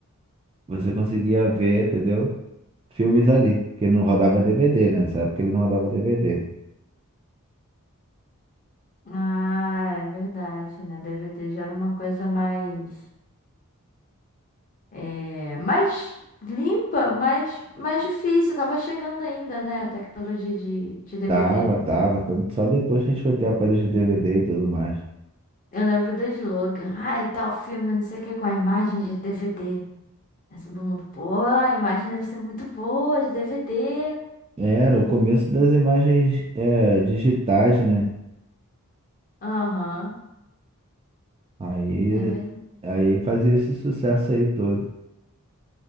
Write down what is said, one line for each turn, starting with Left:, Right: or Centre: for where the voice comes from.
Right: você conseguia ver, entendeu? Filmes ali, porque não rodava DVD, né? Nessa época ele não rodava DVD.
Left: Ah, é verdade, né? DVD já era uma coisa mais. É, mais limpa, mas mais difícil. Tava chegando ainda, né? A tecnologia de, de DVD.
Right: Tava, tava, tanto só depois que a gente foi ter aparelho de DVD e tudo mais.
Left: Eu lembro do slogan. Ai, tal filme, não sei o que, com a imagem de DVD. Aí todo mundo, pô, a imagem deve ser muito boa de DVD.
Right: Era o começo das imagens é, digitais, né?
Left: Aham.
Right: Aí,
Left: é verdade.
Right: aí fazia esse sucesso aí todo.